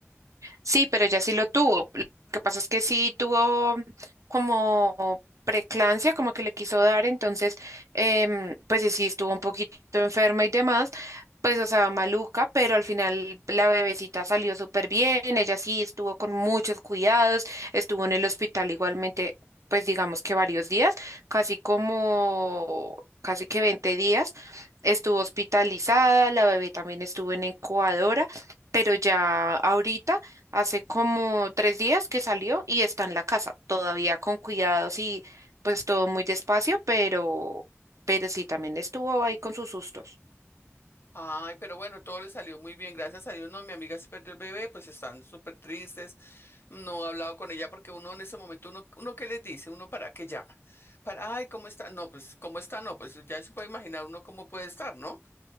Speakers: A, on the right; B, on the left.
A: Sí, pero ella sí lo tuvo. Lo que pasa es que sí tuvo como preclancia, como que le quiso dar, entonces, em, pues y sí estuvo un poquito enferma y demás, pues o sea, maluca, pero al final la bebecita salió súper bien, ella sí estuvo con muchos cuidados, estuvo en el hospital igualmente, pues digamos que varios días, casi como, casi que 20 días, estuvo hospitalizada, la bebé también estuvo en incubadora, pero ya ahorita hace como tres días que salió y está en la casa, todavía con cuidados y pues todo muy despacio, pero, pero sí, también estuvo ahí con sus sustos.
B: Ay, pero bueno, todo le salió muy bien, gracias a Dios. No, mi amiga se perdió el bebé, pues están súper tristes. No he hablado con ella porque uno en ese momento, uno, uno qué les dice, uno para qué llama. Para, ay, ¿cómo está? No, pues, ¿cómo está? No, pues ya se puede imaginar uno cómo puede estar, ¿no?